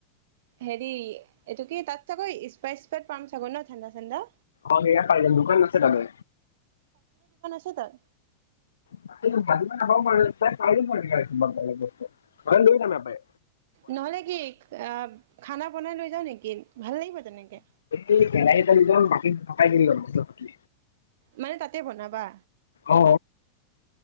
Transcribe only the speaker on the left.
অ সেয়া পাই যাম দোকান আছে ততে।
মাজ পাৰে গস লৈ ন ম পায়।
এই কে ন তাল গম। <unintelligible> বাকি তাৰ পাই কিনি লম মচলা পাতি।
অ